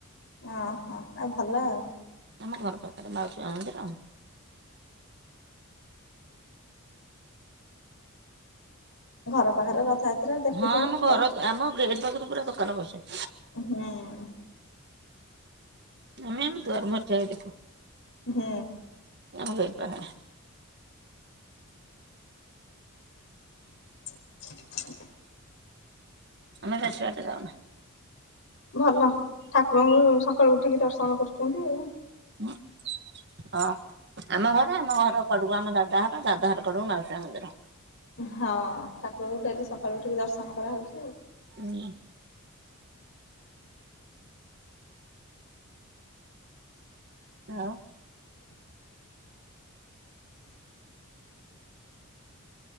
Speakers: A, on the left; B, on the right.
A: ଓହୋ ଆଉ ଭଲ ଆଉ।
B: ଆମ ଘର ପାଖେରେ ମାଉସୀ ମା ମନ୍ଦିର ଆଉ
A: ଘର ପାଖରେ ରଥଯାତ୍ରା ଦେଖୁଥିବ
B: ହଁ ଆମ ଘର
A: ଦେ
B: ଆମ ଗେଟ୍ ପାଖରୁ ପୁରା ଦୋକାନ ବସେ।
A: ହୁଁ
B: ଆମେ ଆମ ଦୁଆର ମୁହଁରେ ଠିଆ ହେଇକି ଦେଖୁ।
A: ହୁଁ।
B: ଆମ ଦେଇ ପାଉଣା <unintelligible>
A: <inaudible>
B: ଆମେ ବେଶୀ ବାଟ ଯାଉନା।
A: ଭଲ ଠାକୁରଙ୍କୁ ସକାଳୁ ଉଠିକି ଦର୍ଶନ କରୁଛନ୍ତି ଆଉ।
B: <unintelligible> ହଁ ଆମ ଘର ଆମ ଘର କଡୁକୁ ଆମ ଦାଦା ଘର ଦାଦା ଘର କଡୁୁକୁ ମାଉସୀ ମା ମନ୍ଦିର।
A: ହଁ ଠାକୁରଙ୍କୁ ଡେଲି ସକାଳୁ ଉଠିକି ଦର୍ଶନ କରାହଉଚି।
B: ଉଁ। ଆଉ?